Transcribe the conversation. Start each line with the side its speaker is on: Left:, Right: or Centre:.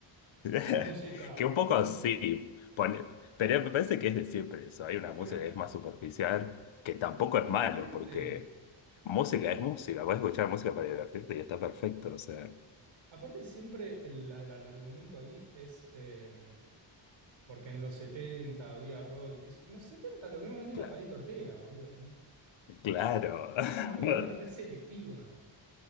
Right: la
Left: <laughs>
Right: música,
Left: Que un poco
Right: la música.
Left: sí, pone- pero me parece que es de siempre eso. Hay una
Right: Pero
Left: música que
Right: eh,
Left: es más superficial, que tampoco
Right: es completamente,
Left: es malo, porque música
Right: sí.
Left: es música. Puedes escuchar música para divertirte y está perfecto. O sea,
Right: Aparte, siempre el, la- la- el argumento ahí es em, porque en los 70 había rock y qué sé yo. En los 70 lo que más vendía
Left: claro.
Right: era Palito Ortega, boludo.
Left: Claro, <laughs>
Right: Una memoria reselectiva.